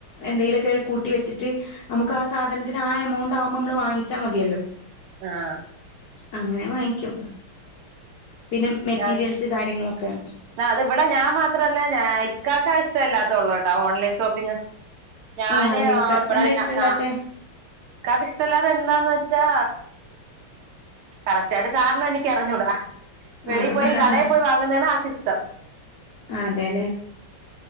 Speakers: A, on the left; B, on the right.
A: എന്തെങ്കിലുമൊക്കെ കൂട്ടി വെച്ചിട്ട് നമുക്ക് ആ സാധനത്തിന് ആ എമൗണ്ട് ആവുമ്പോൾ നമ്മള് വാങ്ങിച്ചാൽ മതിയല്ലോ
B: ആഹ
A: അങ്ങനെ വാങ്ങിക്കും പിന്നെ മെറ്റീരിയൽസ്
B: ഞാൻ
A: കാര്യങ്ങളൊക്കെ
B: അത് ഇവിടെ ഞാൻ മാത്രമല്ല ഇക്കക്കാ ഇഷ്ടമല്ലാത്തള്ളൂ കേട്ടോ ഓൺലൈൻ ഷോപ്പിംഗ്. ഞാന്
A: ആഹ് അതെ ഇക്കാക്ക്
B: ഇവിടെ
A: എന്താ
B: പിന്നെ
A: ഇഷ്ടല്ലാത്തെ
B: നിക്കാക്ക് ഇഷ്ടമല്ലാതെ എന്താന്ന് വെച്ചാ കറക്റ്റ് ആയിട്ട് കാരണം എനിക്ക് അ റിഞ്ഞൂടാ വെളിൽ
A: ആഹ്
B: പോയി
A: ആഹ്
B: കടയിൽ പോയി വാങ്ങുന്നത ആക്ക്ിഷ്ടം
A: അതെ